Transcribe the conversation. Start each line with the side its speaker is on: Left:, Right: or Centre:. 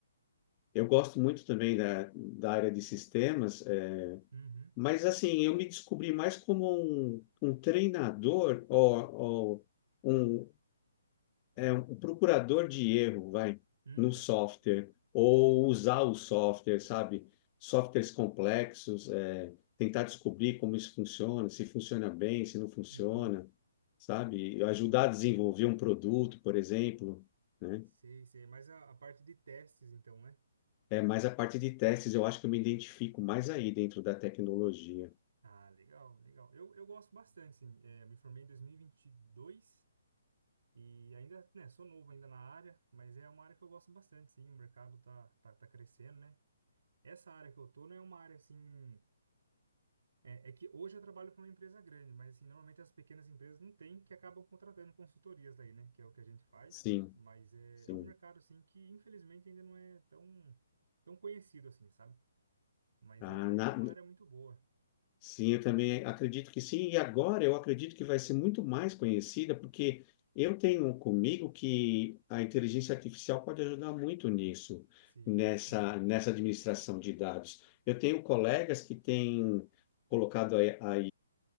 Left: Eu gosto muito também da, da área de sistemas, é,
Right: Uhum.
Left: mas assim, eu me descobri mais como um, um treinador ou, ou um, é, um procurador de erro, vai,
Right: Uhum.
Left: no software, ou
Right: Sei,
Left: usar
Right: sei.
Left: o software, sabe? Softwares complexos, é, tentar descobrir como isso funciona, se funciona bem, se não funciona,
Right: Uhum.
Left: sabe? Ajudar
Right: Sei,
Left: a desenvolver um produto, por exemplo, né?
Right: sei. sei. Mas a, a parte de testes, então, né?
Left: É, mas a parte de testes, eu acho que eu me identifico mais aí dentro da tecnologia.
Right: Ah, legal, legal. Eu, eu gosto bastante, sim. Eh, eu me formei em dois mil e e vinte e dois E ainda, né, sou novo ainda na área, mas é uma área que eu gosto bastante, sim. O mercado tá, tá, tá crescendo, né? Essa área que eu tô não é uma área assim. É, é que hoje eu trabalho para uma empresa grande, mas assim, normalmente as pequenas empresas não têm, que acabam contratando consultorias daí né? Que é o que a gente faz.
Left: Sim,
Right: Mas é,
Left: sim.
Right: é um mercado, assim, que infelizmente ainda não é tão, tão conhecido, assim, sabe? Mas
Left: Ah,
Right: é,
Left: na-
Right: é uma área muito boa.
Left: sim, eu também acredito que sim. E agora eu acredito que vai ser muito mais conhecida, porque eu tenho comigo que a inteligência artificial pode ajudar muito nisso,
Right: Sim,
Left: nessa,
Right: sim.
Left: nessa administração de dados. Eu tenho colegas que têm colocado a, a,